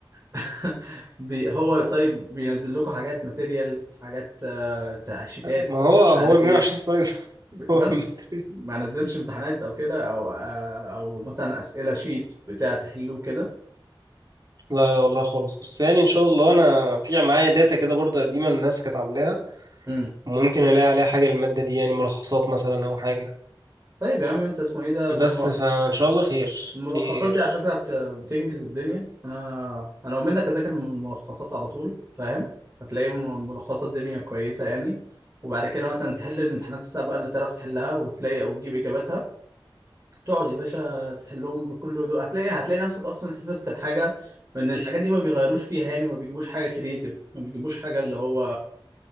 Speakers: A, on the right (about 25°); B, on the right (about 45°).
A: <laughs> بي... هو طيب بينزل لكم حاجات ماتيريال حاجات آه، تعشيتات
B: ما هو
A: مش عارف
B: هو 120
A: ايه
B: سلايد <laughs>
A: بس ما نزلش امتحانات او كده او آه، او مثلا اسئله شيت بتاع تحلوه كده
B: لا لا والله خالص بس يعني ان شاء الله انا في معايا داتا كده برضه قديمه الناس كانت عاملاها
A: امم
B: ممكن الاقي عليها حاجه الماده دي يعني ملخصات مثلا او حاجه
A: طيب يا عم انت اسمه ايه ده
B: بس
A: الملا-
B: فان شاء الله خير
A: الملخصات
B: خير
A: دي على فكرة بت- بتنجز الدنيا أنا أنا لو منك أذاكر من الملخصات على طول فاهم هتلاقي م- ملخصات الدنيا كويسة يعني وبعد كده مثلا تحل الامتحانات السابقة اللي تعرف تحلها وتلاقي أو تجيب إجاباتها تقعد يا باشا تحلهم بكل هدوء هتلاقي هتلاقي نفسك أصلا حفظت الحاجة وإن الحاجات دي ما بيغيروش فيها يعني ما بيجيبوش حاجة كريتيف ما بيجيبوش حاجة اللي هو